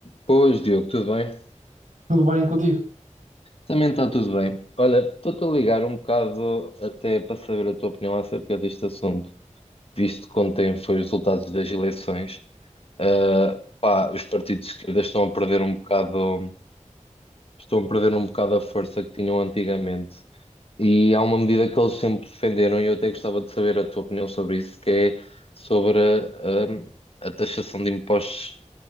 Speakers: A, on the left; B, on the right.
A: Pois, Diogo, tudo bem?
B: Tudo bem contigo?
A: Também está tudo bem. Olha, estou-te a ligar um bocado até para saber a tua opinião acerca deste assunto, visto que ontem foi os resultados das eleições. ah, pá, os partidos de esquerda estão a perder um bocado, estão a perder um bocado a força que tinham antigamente. E há uma medida que eles sempre defenderam, e eu até gostava de saber a tua opinião sobre isso, que é sobre ah, a taxação de impostos